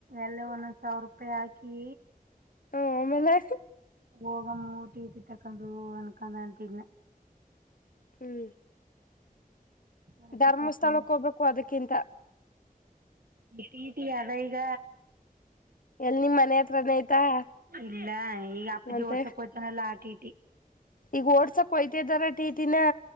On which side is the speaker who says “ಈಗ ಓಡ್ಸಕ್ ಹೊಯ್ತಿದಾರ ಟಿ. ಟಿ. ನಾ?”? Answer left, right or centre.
Left